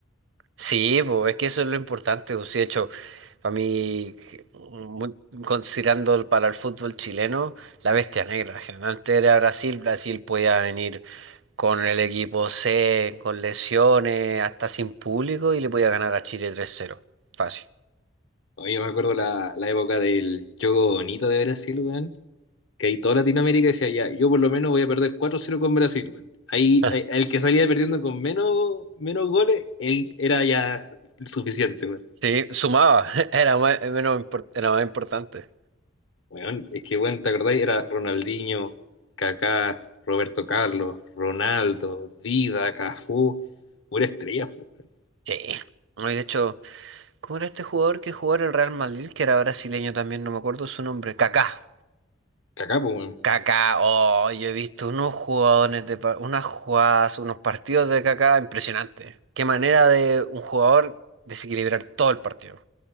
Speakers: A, on the right; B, on the left.
A: Sí, pues es que eso es lo importante. pues, sí, de hecho, para mí, que, mu- considerando el- para el fútbol chileno, la bestia negra. Generalmente era Brasil. Brasil podía venir con el equipo C, con lesiones, hasta sin público y le podía ganar a Chile tres cero, Fácil.
B: Oye, yo me acuerdo la, la época del juego bonito de Brasil, weón. Que ahí toda Latinoamérica decía, ya, yo por lo menos voy a perder cuatro cero con Brasil, weón. Ahí,
A: <laughs>
B: ahí- el que salía perdiendo con menos, menos goles, él era ya suficiente, weón.
A: Sí, sumaba. <laughs> Era más, menos, impor- era más importante.
B: Weón, es que, weón, ¿te acordáis? Era Ronaldinho, Kaká, Roberto Carlos, Ronaldo, Dida, Cafú, pura estrella, po, weón.
A: Sí. No, y de hecho, ¿cómo era este jugador que jugó en el Real Madrid, que era brasileño también? No me acuerdo su nombre. Kaká.
B: Kaká, pues,
A: Kaká, oh, yo he visto unos jugadores de pa- unas jugadas, unos partidos de Kaká impresionantes. Qué manera de un jugador desequilibrar todo el partido.